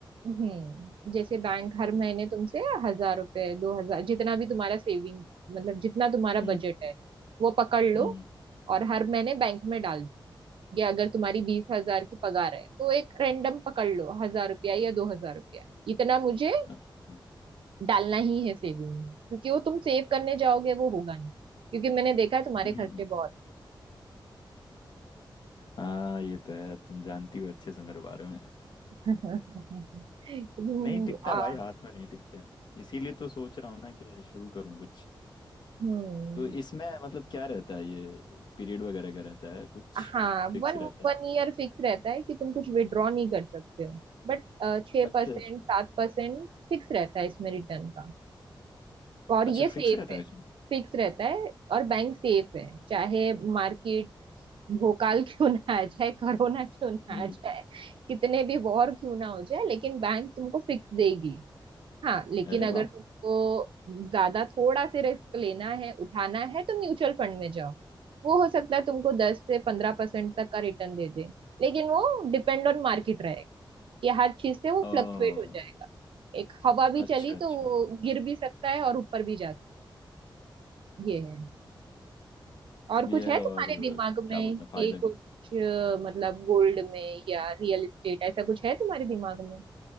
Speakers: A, on the right (about 80°); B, on the left (about 55°).
A: हम्म जैसे बैंक हर महीने तुमसे हजार रुपए दो हजार जितना भी तुम्हारा सेविंग मतलब जितना तुम्हारा
B: हम्म
A: बजट है वो पकड़ लो
B: हम्म
A: और हर महीने बैंक में डाल दो या अगर तुम्हारी बीस हजार की पगार है तो एक रैंडम पकड़ लो हजार रुपया या दो हजार रुपया इतना मुझे
B: अच्छा हम्म
A: डालना ही है सेविंग में क्योंकि वो तुम सेव करने जाओगे वो होगा नहीं क्योंकि मैंने देखा है तुम्हारे
B: हम्म,
A: खर्चे
B: हम्म।
A: बहुत
B: हाँ ये तो है तुम जानती हो अच्छे से मेरे बारे में
A: हैं। <laughs> तुम,
B: नहीं टिकता
A: आ,
B: भाई हाथ में नहीं टिकते इसीलिए तो सोच रहा हूँ ना कि शुरू करूँ कुछ
A: हम्म
B: तो इसमें मतलब क्या रहता है ये पीरियड वगैरह का रहता है कुछ
A: हाँ
B: फिक्स
A: वन
B: रहता है
A: वन ईयर फिक्स रहता है कि तुम कुछ विड्रॉ नहीं कर सकते हो बट छः
B: अच्छा
A: परसेंट सात परसेंट फिक्स रहता है इसमें रिटर्न का और ये
B: अच्छा
A: सेफ
B: फिक्स रहता
A: है
B: है इसमें
A: फिक्स रहता है और बैंक सेफ है चाहे मार्केट भोकाल <laughs> क्यों ना आ जाए कोरोना क्यों ना
B: हम्म
A: आ जाए
B: हम्म।
A: कितने भी वॉर क्यों ना हो जाए लेकिन बैंक तुमको फिक्स देगी हाँ लेकिन
B: अरे
A: अगर
B: वाह
A: तुमको ज्यादा थोड़ा से रिस्क लेना है उठाना है तो म्यूचुअल फंड में जाओ वो हो सकता है तुमको दस से पंद्रह परसेंट तक का रिटर्न दे दे लेकिन वो डिपेंड ऑन मार्केट रहेगा कि हर चीज से वो
B: ओ
A: फ्लक्चुएट हो जाएगा एक हवा भी
B: अच्छा
A: चली
B: अच्छा
A: तो वो गिर भी सकता है और ऊपर भी जा सकता है ये है और
B: भी
A: कुछ
B: है
A: है
B: और
A: तुम्हारे दिमाग में
B: क्या बोलते
A: कि
B: हैं फायदा
A: कुछ
B: भी
A: अ, मतलब गोल्ड में या रियल एस्टेट ऐसा कुछ है तुम्हारे दिमाग में